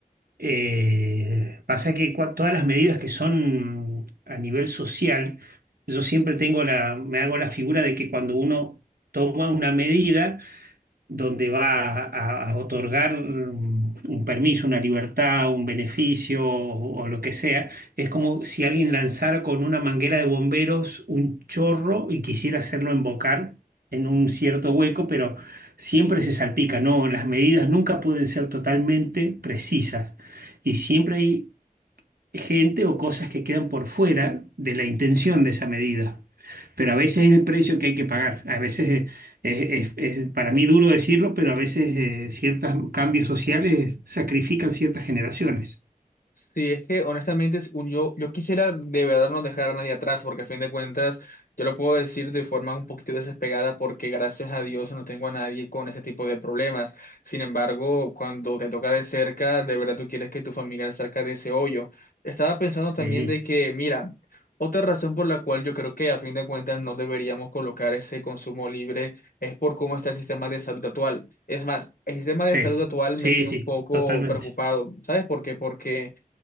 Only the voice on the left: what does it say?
Sí, es que honestamente es un- yo, yo quisiera de verdad no dejar a nadie atrás, porque a fin de cuentas yo lo puedo decir de forma un poquito despegada, porque gracias a Dios no tengo a nadie con ese tipo de problemas. Sin embargo, cuando te toca de cerca, de verdad tú quieres que tu familiar salga de ese hoyo. Estaba pensando
también de que, mira, otra razón por la cual yo creo que a fin de cuentas no deberíamos colocar ese consumo libre es por cómo está el sistema de salud actual. Es más, el sistema
de salud actual
me tiene
un poco
preocupado. ¿Sabes por qué? Porque